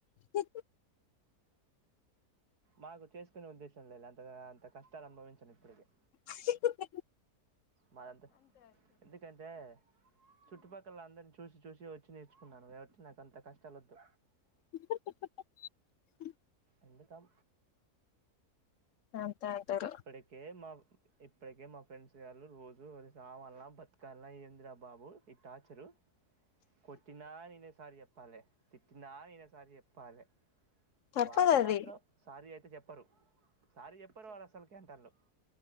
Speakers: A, on the left; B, on the right.
A: ఊ హు
B: మాకు చేసుకునే ఉద్దేశం లేదులే అంతగా అంత కష్టాలు అనుభవించను ఇప్పుడిగే
A: ఇచ్ ఊ-ఉహు
B: మాయంతె ఎందుకంటే చుట్టుపక్కల అందర్ చు చూసి చూసి వచ్చి నేర్చుకున్నాను గావట్టి నాకి అంత కష్టాలొద్దు.
A: ఊ-ఉహు-ఊ-ఉహు
B: ఎందుకం
A: అంతే అంటారు
B: ఇప్పడికే మ ఇప్పడికే మా ఫ్రెండ్స్ గాళ్ళు రోజు అది సావాల్నా బతకాల్నా ఎందిరా బాబు ఈ టార్చరు కొట్టినా నేనే సారి జొప్ ప్పాలే తిట్టినా నేనే సారీ జొప్పాలే
A: తప్పదు
B: వాళ్ళు
A: అది
B: మాత్రం సారీ అయితే జొప్పరు సారీ జొప్పరు వాళ్ళు అస్సల్కి అంటాళ్లు